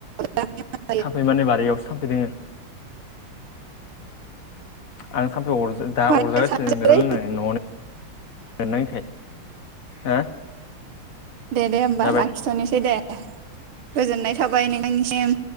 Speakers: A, on the right; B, on the left.
A: <unintelligible>
B: थामफै माने बारियावसो थामफै दोङो। आं थामफै अर दा
A: बानायबाय
B: अरजागासिनो
A: थानोसैलै
B: नोंजों लारायनानै न'आव नेथ नाङैखाय हा
A: दे दे ओमबा
B: जाबाय
A: लाखिथ'नोसै दे गोजोननाय थाबाय नोंथांनिसिम।